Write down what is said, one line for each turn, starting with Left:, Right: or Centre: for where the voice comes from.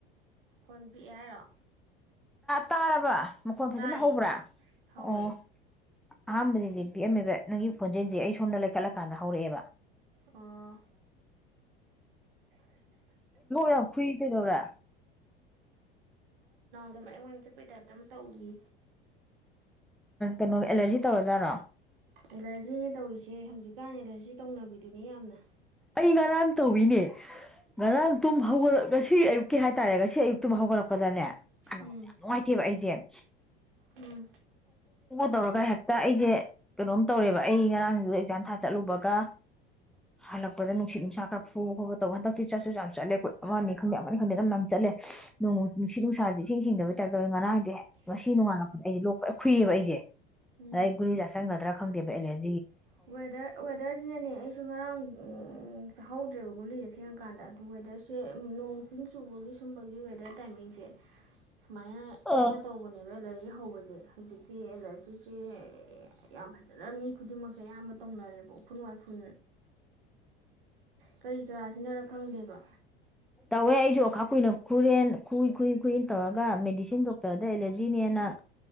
Right: ꯈꯣꯟ ꯄꯤꯛꯑꯦ ꯍꯥꯏꯔꯣ
Centre: ꯇꯥꯔꯕ ꯃꯈꯣꯟ ꯐꯖꯅ
Right: ꯇꯥꯏꯌꯦ
Centre: ꯍꯧꯕ꯭ꯔꯥ
Right: ꯍꯧꯋꯦ
Centre: ꯑꯣ ꯑꯍꯥꯟꯕꯗꯗꯤ ꯄꯤꯑꯝꯃꯦꯕ ꯅꯪꯒꯤ ꯈꯣꯟꯖꯦꯜꯁꯦ ꯑꯩ ꯁꯣꯝꯗ ꯂꯩꯈꯠꯂꯀꯥꯟꯗ ꯍꯧꯔꯛꯑꯦꯕ
Right: ꯑꯣ
Centre: ꯌꯥꯝ ꯐꯏꯇꯗꯧꯔ
Right: ꯑꯗꯣ ꯃꯔꯛ ꯃꯔꯦꯡ ꯆꯠꯄꯩ ꯇꯥꯏꯞꯇ ꯑꯃ ꯇꯧꯔꯤ
Centre: ꯀꯩꯅꯣ ꯑꯦꯂꯔꯖꯤ ꯇꯧꯔꯗꯔꯥ
Right: ꯑꯦꯂꯔꯖꯤꯅꯦ ꯇꯧꯔꯤꯁꯦ ꯍꯧꯖꯤꯛꯀꯥꯟ ꯑꯦꯂꯔꯖꯤ ꯇꯧꯅꯕꯤꯗꯨꯅꯤ ꯌꯥꯝꯅ
Centre: ꯑꯩ ꯉꯔꯥꯡ ꯇꯧꯋꯅꯦ ꯉꯔꯥꯡ ꯇꯨꯝ ꯍꯧꯒꯠꯂꯛ ꯉꯁꯤ ꯑꯌꯨꯛꯀꯤ ꯍꯥꯏꯇꯥꯔꯦ ꯉꯁꯤ ꯑꯌꯨꯛꯇꯨ ꯍꯧꯒꯠꯂꯛꯄꯗꯅꯦ ꯌꯥꯝ
Right: ꯎꯝ
Centre: ꯅꯨꯡꯉꯥꯏꯇꯦꯕ ꯑꯩꯁꯦ
Right: ꯎꯝ
Centre: ꯇꯧꯔꯒ ꯍꯦꯛꯇ ꯑꯩꯁꯦ ꯀꯩꯅꯣꯝ ꯇꯧꯔꯦꯕ ꯑꯩ ꯉꯔꯥꯡꯗꯨꯗ ꯑꯦꯛꯖꯥꯝ ꯊꯥ ꯆꯠꯂꯨꯕꯒ ꯍꯂꯛꯄ ꯂꯄꯗ ꯅꯨꯡꯁꯤꯠ ꯅꯨꯡꯁꯥ ꯈꯔ ꯐꯨꯕ ꯈꯣꯠꯄ ꯇꯧꯕ ꯍꯟꯗꯛꯇꯤ ꯆꯠꯁꯨ ꯌꯥꯝ ꯆꯠꯂꯦ ꯑꯩꯈꯣꯏ ꯑꯃꯅꯤꯅꯤ ꯈꯪꯗꯦ ꯑꯃꯅꯤꯅꯤ ꯈꯪꯗꯦ ꯑꯗꯨ ꯌꯥꯝ ꯆꯠꯂꯦꯣꯡ ꯅꯨꯡꯁꯤꯠ ꯅꯨꯡꯁꯥꯥꯁꯦ ꯏꯁꯤꯡ ꯁꯤꯡꯗꯩ ꯇꯥꯏꯞꯇꯧꯅ ꯉꯔꯥꯡꯦ ꯉꯁꯤꯣꯡꯉꯥꯜꯂꯛꯄꯗ ꯑꯩꯁꯦ ꯂꯣꯛꯄꯔ ꯈꯨꯨꯏꯑꯕ ꯑꯩꯁꯦ
Right: ꯎꯝ
Centre: ꯑꯗꯩ ꯒꯨꯂꯤ ꯆꯥꯥꯁꯟꯒꯗ꯭ꯔꯥ ꯈꯪꯗꯦꯕ ꯑꯦꯂꯔ
Right: ꯋꯦꯗꯔ ꯋꯦꯗꯔꯁꯤꯅꯅꯦ ꯑꯩꯁꯨ ꯉꯔꯥꯡ ꯆꯥꯍꯧꯗ꯭ꯔꯦꯕ ꯒꯨꯂꯤꯁꯦ ꯊꯦꯡꯉꯀꯥꯟꯗ ꯑꯗꯣ ꯋꯦꯗꯔꯁꯦ ꯅꯣꯡ ꯆꯤꯡ ꯆꯨꯕꯒꯤ ꯁꯨꯝꯕꯒꯤ ꯋꯦꯗꯔ ꯇꯥꯏꯃꯤꯡꯁꯦ ꯁꯨꯃꯥꯏꯅ ꯇꯣꯏꯅ
Centre: ꯑꯥ
Right: ꯇꯧꯕꯅꯦꯕ ꯑ ꯑꯦꯂꯔꯖꯤ ꯍꯧꯕꯁꯦ ꯍꯧꯖꯤꯛꯇꯤ ꯑꯦꯂꯔꯖꯤꯁꯦ ꯌꯥꯝ ꯐꯖꯅ ꯃꯤ ꯈꯨꯗꯤꯡꯃꯛ ꯑꯌꯥꯝꯕ ꯇꯧꯅꯔꯦꯕ ꯎꯐꯨꯟ ꯋꯥꯏꯐꯨꯟ ꯀꯔꯤ ꯀꯔꯥꯁꯤꯅꯔ ꯈꯪꯗꯦꯕ
Centre: ꯇꯧꯋꯦ ꯑꯩꯁꯨ ꯑꯣꯈꯥ ꯀꯨꯏꯅ ꯈꯨꯔꯦꯟ ꯈꯨꯏ ꯈꯨꯏ ꯈꯨꯏꯟ ꯇꯧꯔꯒ ꯃꯦꯗꯤꯁꯤꯟ ꯗꯣꯛꯇꯔꯗ ꯑꯦꯂꯔꯖꯤꯅꯦꯅ